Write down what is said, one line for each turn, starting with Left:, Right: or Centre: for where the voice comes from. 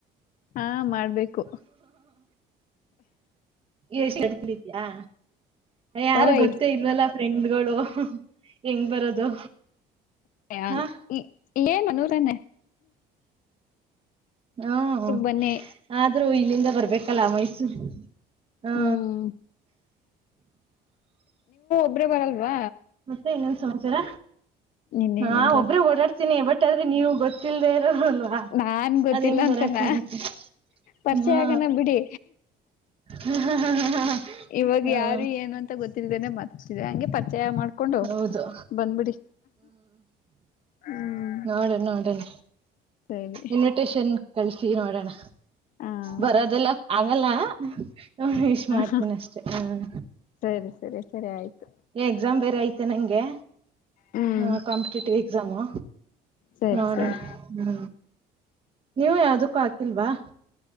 Left: ಹಾ ಮಾಡ್ಬೇಕು <inaudible>
Right: ಎಷ್ಟು ಅಡ್ತಲಿದಯಾ ಯಾರು
Left: ಓಯ್
Right: ಗೊತ್ತೇ ಇಲ್ವಲ್ಲಾ ಫ್ರೆಂಡ್ ಗಳು ಹೆಂಗ್ ಬರೋದು
Left: ಅ
Right: ಹ
Left: ಏನು ನೂರನ್ನೆ
Right: ಹ್ಮ
Left: ಬನ್ನಿ
Right: ಆದ್ರೂ ಇಲ್ಲಿಂದ ಬರ್ಬೇಕು ಕಲಾ ಮೈಸೂರು ಹಾ
Left: ಹ್ಮ್ ಒಬ್ರೆ ಬರಲ್ವಾ
Right: ಮತ್ತೆ ಇನ್ನೊಂದು ಸಮಾಚಾರ
Left: ಇನ್ನೇನು
Right: ಹಾ
Left: ಇಲ್ಲ
Right: ಒಬ್ಬ್ರೇ ಓಡಾಡ್ತ ತ್ತಿನಿ ಬಟ್ ಆದ್ರೆ ನೀವು ಗೊತ್ತಿಲ್ದೇ ಇರೋರಲ್ವಾ
Left: ನಾನ್ ಗೊತ್ತಿಲ್ಲ
Right: ಅದ್ ಹೆಂಗ್
Left: ಅಂತನ
Right: ಬರಕ್ ಆಗತ್ತೆ
Left: ಪರಿಚಯ
Right: ಹಾ
Left: ಆಗನ ಬಿಡಿ
Right: ಹಾ
Left: ಇವಾಗ ಯಾರು ಏನು ಅಂತ ಗೊತ್ತ ಇಲ್ದನೆ ಮಾತಾಡ್ಸ್ತಿದಿರ ಹಂಗೆ ಪ ಚಯ ಮಾಡ್ಕೊಂಡು
Right: ಹೌದು
Left: ಬಂದ್ಬಿಡಿ ಹ್ಮ್
Right: ಆಡನ್ ಆಡನ
Left: ಸರಿ
Right: ಇನ್ವಿಟೇಶನ್ ಕಳಸಿ ನೋಡೋಣ
Left: ಹಾ
Right: ಬರದೆಲ್ಲ ಆಗಲ್ಲ ಹ್ಮ ವಿಶ್ ಮಾಡ್ತೀನ
Left: ಹ
Right: ಅಷ್ಟೇ ಹ
Left: ಸರಿ ಸರಿ ಸರಿ ಆಯ್ತು
Right: ಎಕ್ಸಾಮ್ ಬೇರೆ ಅಯತ್ ನೆಂಗೆ
Left: ಹ್ಮ್
Right: ಹಾ ಕಾಂಪಿಟೇಟಿವ್ ಎಕ್ಸಾಮಾ
Left: ಸರಿ
Right: ನೋಡಣ
Left: ಸರಿ
Right: ಹ್ಮ ನೀವು ಯಾವ್ದಕ್ಕೂ ಆಕಿ ಇಲ್ವಾ